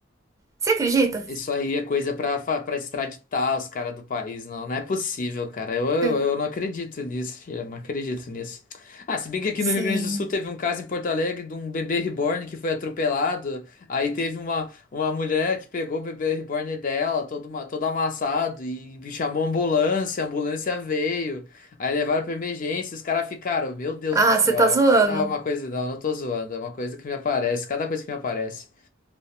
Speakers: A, on the right; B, on the left.
A: Você acredita?
B: Isso aí é coisa pra, fa- pra extraditar os caras do país, não. Não é possível, cara. Eu, eu,
A: <laughs>
B: eu não acredito nisso, tia. Não acredito nisso. Ah, se bem que aqui
A: Sim.
B: no Rio Grande do Sul teve um caso em Porto Alegre de um bebê reborn que foi atropelado. Aí teve uma, uma mulher que pegou o bebê reborn dela, todo, ma- todo amassado, e chamou a ambulância. A ambulância veio. Aí levaram pra emergência. Os caras ficaram, meu Deus
A: Ah,
B: do céu.
A: você tá zoando.
B: É cada uma coisa, não. eu Não tô zoando. É uma coisa que me aparece. Cada coisa que me aparece.